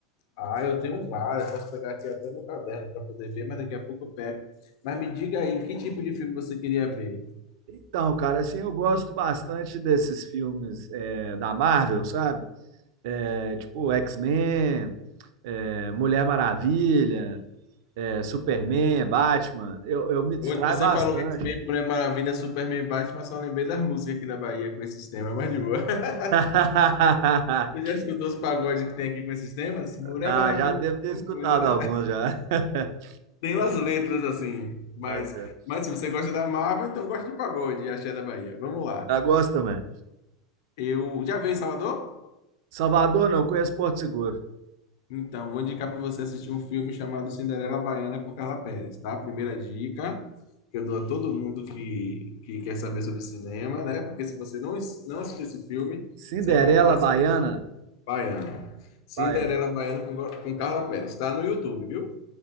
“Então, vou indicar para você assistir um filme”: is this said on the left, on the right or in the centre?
Left